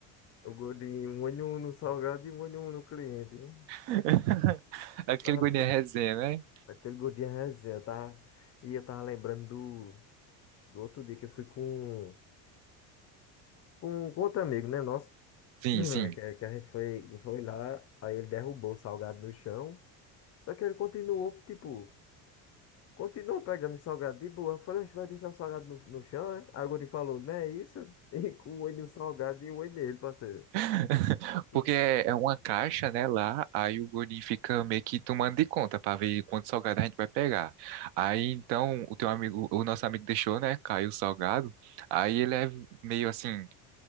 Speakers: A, on the left; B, on the right.
A: O Godinho, um olho no salgado e um olho no cliente. viu?
B: <laughs>
A: Eu
B: Aquele
A: tava
B: guri
A: lembrando
B: de resenha, né?
A: Aquele gordinho é resenha, tá? E eu tava lembrando do, do outro dia que eu fui com, com, com outro amigo, né? Nosso,
B: Sim,
A: <clears throat>
B: sim.
A: que, que a gente foi, foi lá, aí ele derrubou o salgado no chão. Só que ele continuou, tipo, continuou pegando o salgado de boa. Eu falei, "Oxe, vai deixar o salgado no, no chão, é? Aí o gordinho falou, não é isso? <laughs> E com um olho no salgado e um olho nele, parceiro.
B: <laughs>
A: <laughs>
B: Porque é é uma caixa, né, lá, aí o gordinho fica meio que tomando de conta pra ver quanto salgado a gente vai pegar. Aí então o teu amigo, o nosso amigo deixou, né, caiu o salgado. Aí ele é meio assim,